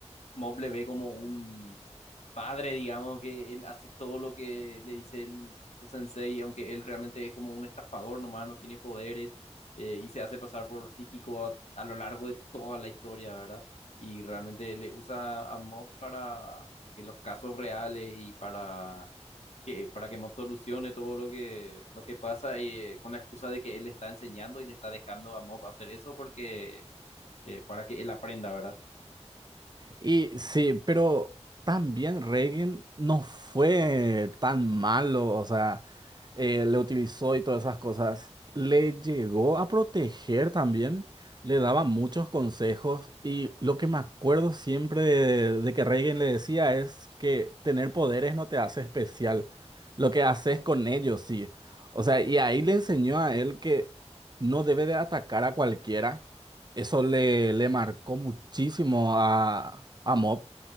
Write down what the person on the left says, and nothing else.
Mob le ve como un padre, digamos, que él hace todo lo que le dice el, su sensei, aunque él realmente es como un estafador nomás, no tiene poderes eh, y se hace pasar por psíquico a, a lo largo de toda la historia, ¿verdad? Y realmente le usa a Mob para que los casos reales y para que, para que Mob solucione todo lo que, lo que pasa y, eh, con la excusa de que él le está enseñando y le está dejando a Mob hacer eso porque eh, para que él aprenda, ¿verdad?